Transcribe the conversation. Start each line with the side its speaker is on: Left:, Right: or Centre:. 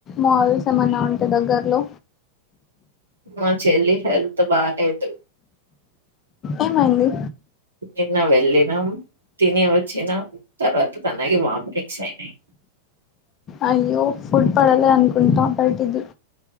Left: మాల్స్ ఏమన్నా ఉంటే దగ్గర్లో
Right: మా చెల్లి హెల్త్ బాగాలేదు
Left: ఏమైంది
Right: నిన్న వెళ్ళినాం తిని వచ్చినాం తర్వాత తనగి వాపిరింగ్స్ అయినాయి
Left: అయ్యో ఫుడ్ పడాలి అనుకుంటాం బయటిది